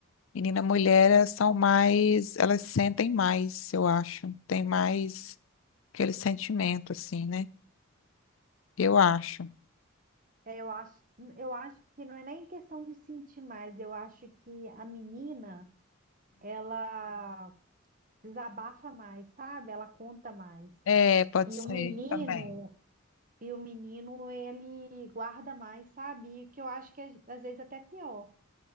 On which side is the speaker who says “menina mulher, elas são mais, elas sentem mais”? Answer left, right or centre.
Left